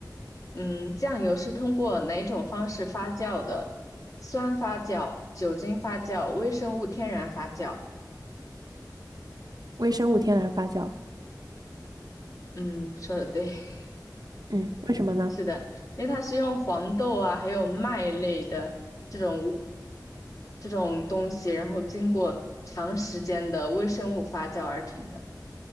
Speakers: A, on the left (about 50°); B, on the right (about 65°).
A: 嗯，酱油是通过哪种方式发酵的？酸发酵、酒精发酵、微生物天然发酵？
B: 微生物天然发酵。
A: 嗯，说的对，<laughs>
B: 嗯，为什么呢？
A: 是的，因为它是用黄豆啊，还有麦类的这种这种东西，然后经过长时间的微生物发酵而成的。